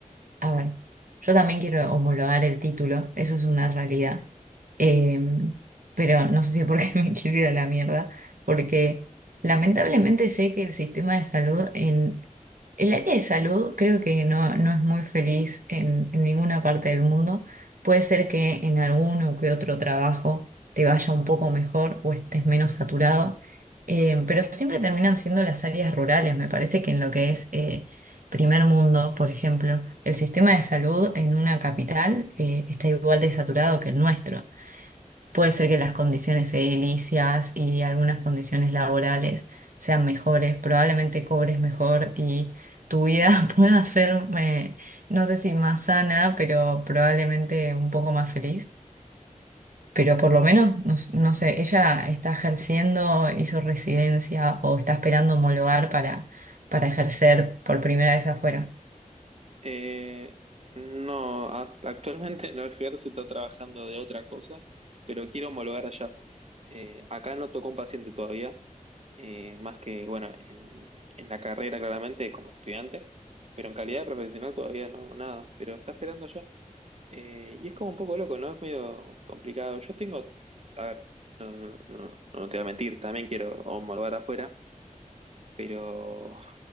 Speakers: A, on the right; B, on the right.
A: A ver, yo también quiero homologar el título, eso es una realidad. Eh, pero no sé si por qué <laughs> me quiero ir a la mierda, porque lamentablemente sé que el sistema de salud en el área de salud creo que no, no es muy feliz en, en ninguna parte del mundo. Puede ser que en alguno que otro trabajo te vaya un poco mejor o estés menos saturado, eh, pero siempre terminan siendo las áreas rurales, me parece que en lo que es... eh, primer mundo, por ejemplo, el sistema de salud en una capital eh, está igual de saturado que el nuestro. Puede ser que las condiciones edilicias y algunas condiciones laborales sean mejores, probablemente cobres mejor y tu vida <laughs> pueda ser, eh, no sé si más sana, pero probablemente un poco más feliz. Pero por lo menos, no, s- no sé, ella está ejerciendo, hizo residencia o está esperando homologar para, para ejercer por primera vez afuera.
B: Eh, no, a- actualmente <laughs> no ejerce, está trabajando de otra cosa, pero quiero homologar allá. Eh, acá no tocó un paciente todavía, eh, más que, bueno, en, en la carrera claramente como estudiante, pero en calidad de profesional todavía no, nada, pero está esperando ya. Eh, y es como un poco loco, ¿no? Es medio complicado. Yo tengo, a ver, no, no, no, no te voy a mentir, también quiero homologar afuera, pero,